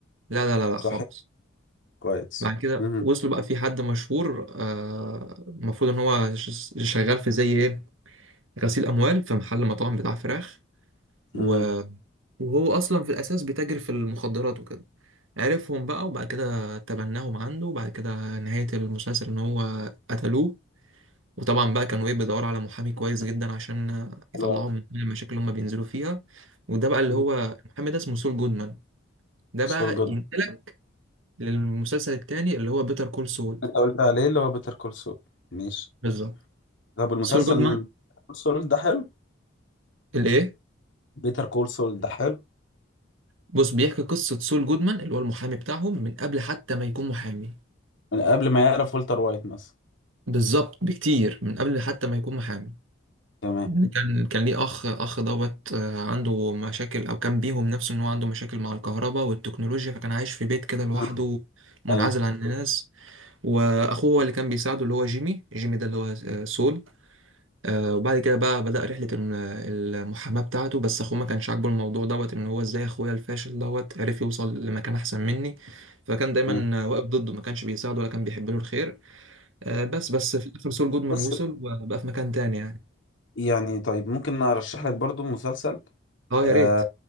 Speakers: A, on the right (about 80°); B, on the left (about 70°).
A: لا لا لا لا
B: صح
A: خالص
B: كويس
A: بعد كده
B: امم
A: وصلوا بقى في حد مشهور آه، المفروض ان هو ش- شغال في زي ايه غسيل اموال في محل مطاعم بتاع فراخ و...
B: امم
A: وهو اصلا في الاساس بيتاجر في المخدرات وكده عرفهم بقى وبعد كده تبناهم عنده وبعد كده نهاية المسلسل إن هو قتلوه وطبعا بقى كانوا إيه بيدوروا على محامي كويس جدا عشان يطلعهم
B: حلو أوي.
A: من كل المشاكل اللي هم بينزلوا فيها وده بقى اللي
B: مم.
A: هو المحامي ده اسمه سول جودمان ده بقى
B: سول جود
A: ينقلك للمسلسل التاني اللي هو بيتر كول سول
B: انت قلت عليه اللي هو بيتر كول سول ماشي
A: بالظبط
B: طب المسلسل
A: سول جودمان
B: كول سول ده حلو
A: اللي إيه
B: بيتر كول سول ده حلو
A: بص بيحكي قصة سول جودمان اللي هو المحامي بتاعهم من قبل حتى ما يكون محامي
B: من قبل ما يعرف والتر وايت مثلا
A: بالظبط بكتير من قبل حتى ما يكون محامي
B: تمام
A: مم. كان كان ليه اخ اخ دوت آه، عنده مشاكل او كان بيهم نفسه ان هو عنده مشاكل مع الكهرباء والتكنولوجيا فكان عايش في بيت كده لوحده
B: مم.
A: منعزل
B: ايوه
A: عن الناس واخوه هو اللي كان بيساعده اللي هو جيمي جيمي ده اللي هو آه، سول آه، وبعد كده بقى بدأ رحلة الم- المحاماة بتاعته بس اخوه ما كانش عاجبه الموضوع دوت ان هو ازاي اخويا الفاشل دوت عرف يوصل لمكان احسن مني فكان دايما
B: مم.
A: آه، واقف ضده ما كانش بيساعده ولا كان بيحب له الخير آه، بس بس في الاخر سول جودمان
B: بص
A: وصل وبقى في مكان تاني يعني
B: يعني طيب ممكن ارشح لك برضو مسلسل
A: اه
B: آه
A: يا ريت